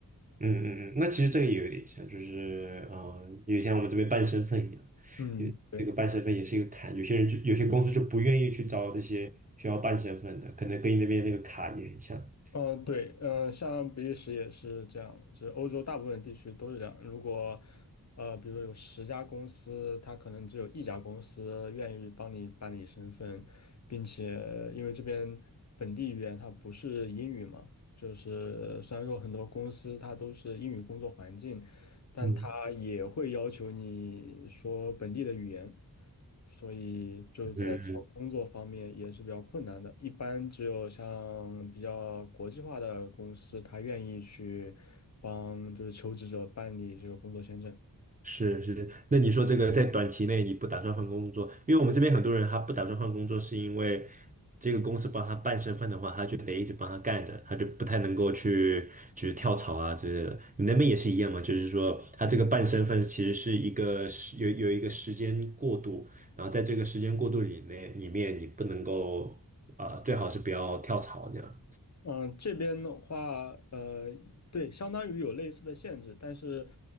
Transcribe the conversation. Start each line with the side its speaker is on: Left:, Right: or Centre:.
Right: 嗯嗯嗯，那其实这个也有点像，就是嗯、呃，有点像我们这边办身份一样，
Left: 嗯。
Right: 因为这个办身份也是一个坎，
Left: 对。
Right: 有些人就有些公司就不愿意去招这些需要办身份的，可能跟你那边那个卡也很像。
Left: 嗯，对，嗯，像比利时也是这样，就是欧洲大部分地区都是这样。如果呃，比如有十家公司，它可能只有一家公司愿意帮你办理身份，并且因为这边本地语言它不是英语嘛，就是虽然说很多公司它都是英语工作环境，但他也会要求你说本地的语言，
Right: 嗯
Left: 所以就在找工作方面也是比较困难的。
Right: 嗯嗯
Left: 一般只有像比较国际化的公司，他愿意去帮就是求职者办理这个工作签证。
Right: 是是，那你说这个在短期内你不打算换工作，因为我们这边很多人他不打算换工作，是因为这个公司帮他办身份的话，他就得一直帮他干着，他就不太能够去就是跳槽啊之类的。你那边也是一样吗？就是说他这个办身份其实是一个时有有一个时间过渡，然后在这个时间过渡里面里面你不能够啊、呃最好是不要跳槽这样。
Left: 嗯，这边的话，呃，对，相当于有类似的限制，但是，